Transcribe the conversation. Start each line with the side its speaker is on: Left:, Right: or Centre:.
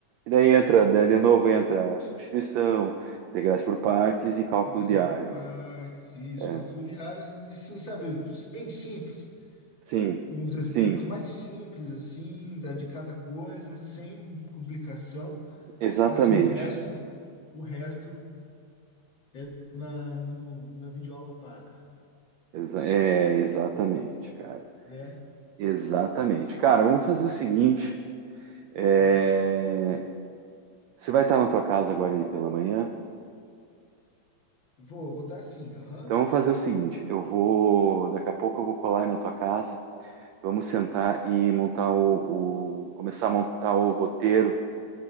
Right: E daí entra, daí de novo entra substituição, integrais por partes e cálculo
Left: Integração
Right: de área.
Left: por partes, isso,
Right: É,
Left: cálculo de áreas, e sim, sabe, bem simples.
Right: sim,
Left: Uns exemplos
Right: sim,
Left: mais simples, assim, da, de cada coisa, sem complicação.
Right: exatamente.
Left: Fala assim, o resto, o resto é na, no, no- na videoaula paga,
Right: Exa- é, exatamente, cara.
Left: né?
Right: Exatamente. Cara, vamos fazer o seguinte. é,
Left: Ah,
Right: Você vai estar na tua casa agora aí pela manhã?
Left: vou, vou tá sim, aham.
Right: Então vamos fazer o seguinte, eu vou, daqui a pouco eu vou colar aí na tua casa, vamos sentar e montar o, o- começar a montar o roteiro